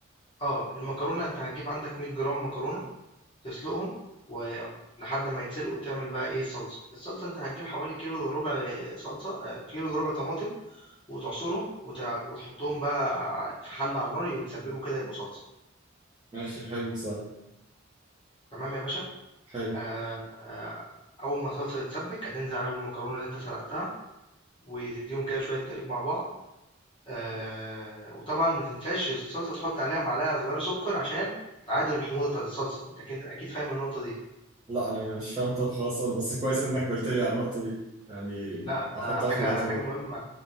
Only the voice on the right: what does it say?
ماشي حلو سهل
حلو
لا انا مش فاهم طبخ اصلا بس كويس انك قلت لي على النقطه دي يعني
احطها
في الاعتبار